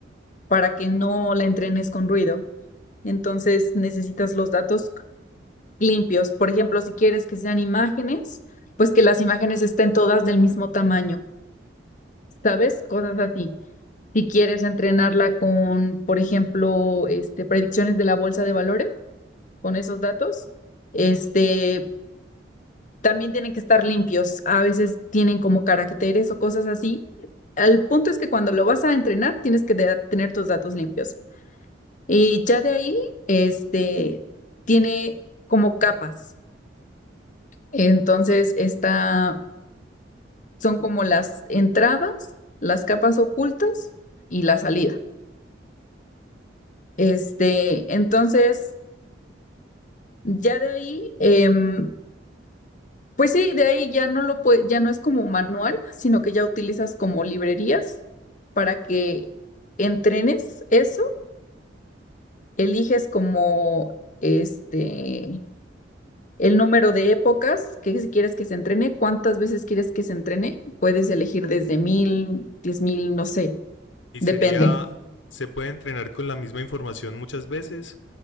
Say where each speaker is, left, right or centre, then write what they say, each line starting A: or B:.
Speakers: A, on the left (about 40°); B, on the left (about 80°).
A: para que no la entrenes con ruido. Entonces necesitas los datos limpios. Por ejemplo, si quieres que sean imágenes, pues que las imágenes estén todas del mismo tamaño, ¿sabes? Cosas así. Si quieres entrenarla con, por ejemplo, este, predicciones de la bolsa de valores, con esos datos, este, También tienen que estar limpios. A veces tienen como caracteres o cosas así. El punto es que cuando lo vas a entrenar, tienes que de- tener tus datos limpios. Y ya de ahí, este, tiene como capas. Entonces, esta son como las entradas, las capas ocultas y la salida. Este, entonces, ya de ahí, em, Pues sí, de ahí ya no lo pue- ya no es como manual, sino que ya utilizas como librerías para que entrenes eso, eliges como este el número de épocas que si quieres que se entrene, cuántas veces quieres que se entrene, puedes elegir desde mil, diez mil, no sé,
B: ¿Y
A: depende.
B: sería, se puede entrenar con la misma información muchas veces